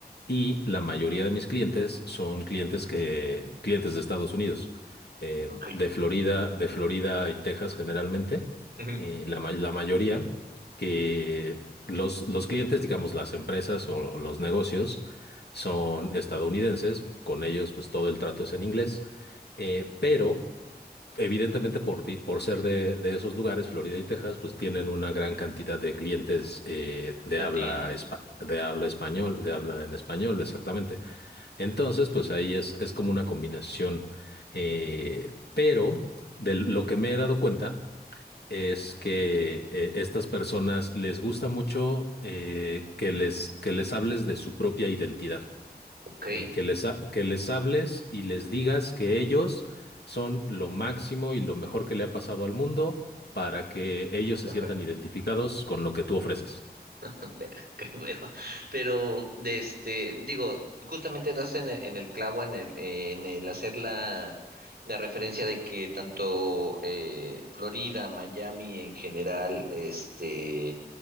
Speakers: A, on the left; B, on the right.
A: Y la mayoría de mis clientes son clientes que, clientes de Estados Unidos, eh,
B: Ok.
A: de Florida, de Florida y Texas generalmente,
B: Ujú.
A: eh, la, ma- la mayoría que los, los clientes, digamos, las empresas o los negocios son estadounidenses, con ellos pues todo el trato es en inglés, eh, pero Evidentemente, por, vi- por ser de, de esos lugares, Florida y Texas, pues tienen una gran cantidad de clientes eh, de
B: Latinos.
A: habla, espa- de habla español, de habla en español, exactamente. Entonces, pues ahí es, es como una combinación. eh, pero de lo que me he dado cuenta es que eh, estas personas les gusta mucho eh, que les, que les hables de su propia identidad
B: Ok.
A: eh, que les, ha- que les hables y les digas que ellos son lo máximo y lo mejor que le ha pasado al mundo para que ellos se
B: Ajá.
A: sientan identificados con lo que tú ofreces.
B: <laughs> Ver, qué hueva. Pero, de este, digo, justamente das en el, en el clavo en el, en el hacer la, la referencia de que tanto eh, Florida, Miami en general, este,